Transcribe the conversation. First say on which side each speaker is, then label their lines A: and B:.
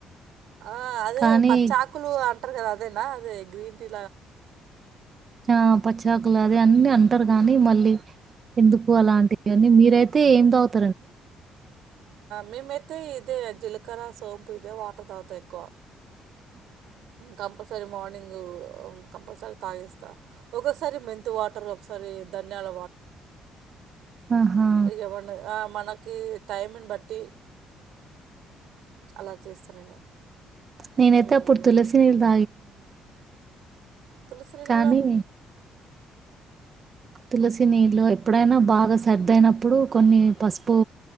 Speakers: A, on the right; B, on the right.
A: ఆ అదే
B: కానీ
A: పచ్చాకులు అంటరు కదా అ అద అే గ్రీన్ టీ లా కంట పచ్చాకు
B: ఆ పచ్చాకులు అద అన్ని అంటారు కాగానీ మళ్ళీ ఎందుకు అలాంటి అన్నీ మీరై తే ఏం తవుతారండి
A: మేమైతే ఇదే జీలకర్ర సోంపు ఇదే వాటర్ తాగుతా ఎక్కువ కంపల్సరీ మార్నింగ కంపల్సరీ తాగిస్తా ఒోసారి మెంతు వాటర్ ఒకసారి ధన్యాల వాటర్ తాగుతా
B: ఆహా
A: ఇగ చెపండి ఆ మనకు కే టైంని బట్టి మన అను అలా చేస్తాను నేను
B: నేనైతె
A: ఉమ్.
B: అప్పుడు తులసి నీళ్ళు తాగేదండి
A: తులసి నీళ్
B: కానీ
A: కూడా మంచినే ఉంటుందండి
B: తులసి నీళ్ళు ఎప్పుడైనా బాగా సర్దయినప్పుడు కొన్ని పసుపు